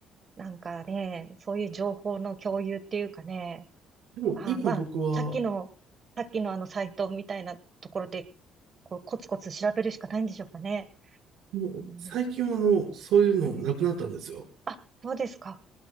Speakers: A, on the right; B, on the right.
A: なんかね、そういう情報の共有っていうかね。
B: でも今僕は、
A: あー、まあ、さっきの、さっきのあのサイトみたいなところで、こう、コツコツ調べるしかないんでしょうかね。
B: もう最近はあの、
A: うん、
B: そういうのなくなったんですよ。
A: はい。あ、そうですか。